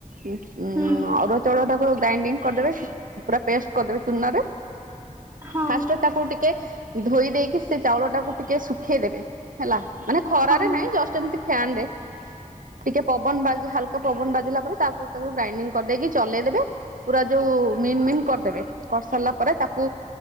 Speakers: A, on the right; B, on the right.
A: ଉଁ
B: ହୁଁ
A: ଅରୁଆ ଚାଉଳ ଟାକୁ ଗ୍ରାଇଣ୍ଡିଙ୍ଗ କରିଦେବେ ପୁରା ପେଷ୍ଟ କରିଦେବେ ଚୁନାରେ
B: ହଁ
A: ଫାଷ୍ଟ ତାକୁ ଟିକେ, ଧୋଇ ଦେଇକି ସେ ଚାଉଳ ଟାକୁ ଟିକେ ଶୁଖେଇଦେବେ ହେଲା ମାନେ ଖରା
B: ହଁ।
A: ଜଷ୍ଟ ଏମିତି ଫ୍ୟାନ ରେ ଟିକେ ପବନ ବାଜୁ ହାଲକା ପବନ ବାଜିଲା ପରେ ତାକୁ ତାକୁ ଗ୍ରାଇଡିଙ୍ଗ କରିଦେଇକି ଚଲେଇଦେବେ ପୁରା ଯୋଉ ମିନ୍ ମିିନ୍ କରିଦେବେ କରି ସାରିଲା ପରେ ତାକୁ